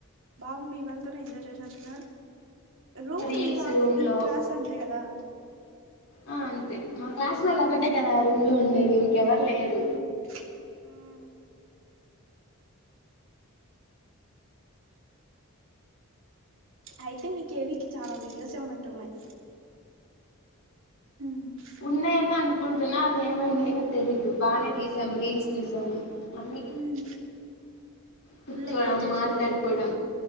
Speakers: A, on the right; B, on the left.
A: బాగు మీ వాళ్ళతోనే ఎంజాయ్ చేసినట్టున్నారు రూమ్
B: రీల్స్
A: మీ వాళ్ళ
B: రూమ్
A: మీ
B: లో
A: క్లాస్ అంతే కదా
B: ఆ అంతే మా క్లాస్ వళ్ళ ఒకటే
A: ఉమ్
B: కదా రూమ్ లో ఉండేది ఇంకాఎవరు లేరు
A: ఉమ్ ఉమ్ అయితే కె. వికి చాలా వీడియోస్ ఉన్నట్టు ఉన్నాయి ఉమ్
B: ఉన్నాయని అనుకుంటున్నా అద ఏమైనాయో తెలీదు బాగానే తీసాం రీల్స్ తీసాం అన్ని
A: ఉమ్
B: కూర్చోడం
A: ఫుల్ ఎంజాయ్ చేసినట్టున్నారు
B: మాట్లాడుకోవడం